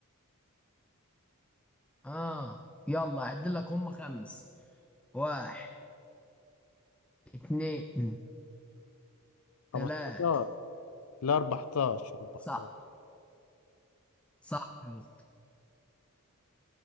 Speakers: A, in the centre; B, on the left.
A: اه يلا عد لك هم خمس واحد اتنين
B: خمستاشر
A: تلاتة
B: لا 14 14
A: صح صح يا اسطى.